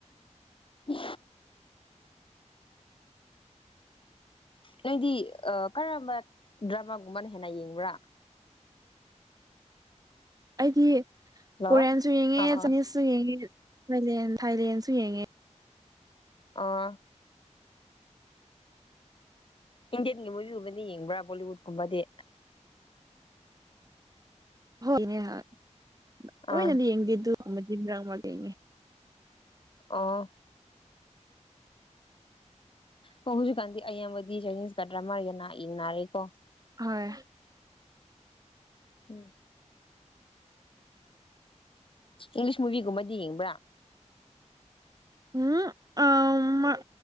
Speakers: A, on the left (about 45°); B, on the right (about 30°).
A: ꯎ ꯅꯗꯤ ꯀꯔꯝꯕ ꯗ꯭ꯔꯃꯥꯒꯨꯝꯕꯅ ꯍꯦꯟꯅ ꯌꯦꯡꯕ꯭ꯔꯥ
B: ꯑꯩꯗꯤ
A: ꯍꯜꯂꯣ
B: ꯀꯣꯔꯤꯌꯥꯟꯁꯨ ꯌꯦꯡꯉꯦ
A: ꯑꯥ ꯑꯥ
B: ꯆꯥꯏꯅꯤꯁꯁꯨ ꯌꯦꯡꯉꯦ ꯊꯥꯏꯂꯦꯟ ꯊꯥꯏꯂꯦꯟꯁꯨ ꯌꯦꯡꯉꯦ
A: ꯑ ꯏꯟꯗꯤꯌꯟꯒꯤ ꯃꯨꯚꯒꯨꯝꯕꯅ ꯌꯦꯡꯕ꯭ꯔꯥ ꯕꯣꯂꯤꯋꯨꯠꯀꯨꯝꯕꯗꯤ
B: ꯍꯣꯏ ꯅꯦꯍꯇꯣꯏꯅꯗꯤ
A: ꯑꯥ
B: ꯌꯦꯡꯗꯦ ꯑꯗꯨꯃ ꯃꯔꯛ ꯃꯔꯛ ꯌꯦꯡꯉꯦ
A: ꯑꯥ ꯑꯣ ꯍꯧꯖꯤꯛꯀꯥꯟꯗꯤ ꯑꯕꯗꯤ ꯆꯥꯏꯅꯤꯁ ꯀꯗ꯭ꯔꯥ ꯃꯥꯔꯒꯅ ꯏ ꯅꯥꯔꯦꯀꯣ
B: ꯍꯣꯏ
A: ꯎꯝ ꯏꯪꯂꯤꯁ ꯃꯨꯚꯤꯒꯨꯝꯕꯗꯤ ꯌꯦꯡꯕ꯭ꯔꯥ
B: ꯎꯝ